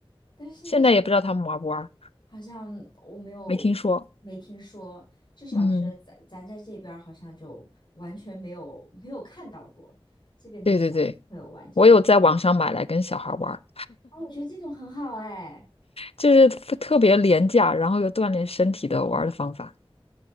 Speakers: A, on the left; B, on the left.
A: 但是现在想
B: 现在也不知道他们玩不玩。
A: 好像我没有没听说，
B: 没听说。
A: 至少是咱咱在这边儿好像就完全没有没有看到过这边的小朋友玩这些。
B: 嗯，对对对，我有在网上买来跟小孩玩儿，
A: 哦，我觉得这种很好哎，
B: 就是特特别廉价，然后又锻炼身体的玩儿的方法。